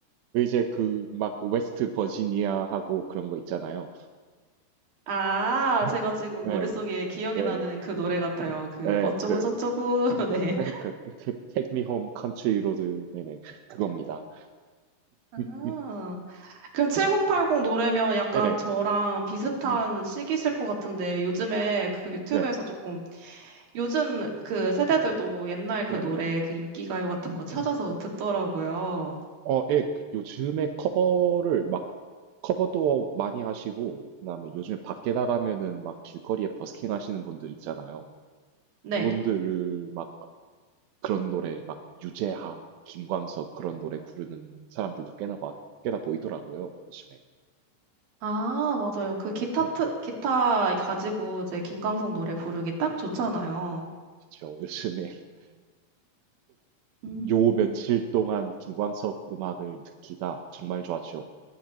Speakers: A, on the right; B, on the right.
A: 그 이제 그막 그 웨스트 버지니아하고 그런 거 있잖아요.
B: 아,
A: <laughs>
B: 제가 지금
A: 네,
B: 머릿속에 기억이
A: 네,
B: 나는 그 노래 같아요. 그
A: 네,
B: 어쩌고
A: 그,
B: 저쩌고. <laughs> 네.
A: <laughs> 그, 그, Take Me Home Country Road, 네네, 그겁니다.
B: 아,
A: <laughs>
B: 그럼 7080 노래면 약간
A: 네네,
B: 저랑 비슷한
A: 네,
B: 시기실 것 같은데 요즘에 그 유튜브에서
A: 네,
B: 조금 요즘 그 세대들도 옛날 그
A: 네네.
B: 노래 그 인기가요 같은 거 찾아서 듣더라고요.
A: 어, 예, 그 요즘에 커버를 막 커버도 많이 하시고, 그다음에 요즘에 밖에 나가면은 막 길거리에 버스킹 하시는 분들 있잖아요.
B: 네.
A: 그분들을 막 그런 노래, 막 유재하, 김광석 그런 노래 부르는 사람들도 꽤나 봐, 꽤나 보이더라고요, 요즘에.
B: 아, 맞아요. 그 기타,
A: 네,
B: 트, 기타 가지고
A: 네,
B: 이제 김광석 노래 부르기 딱 좋잖아요.
A: 그쵸. 요즘에 <laughs>
B: 음.
A: 요 며칠 동안 김광석 음악을 듣기가 정말 좋았죠.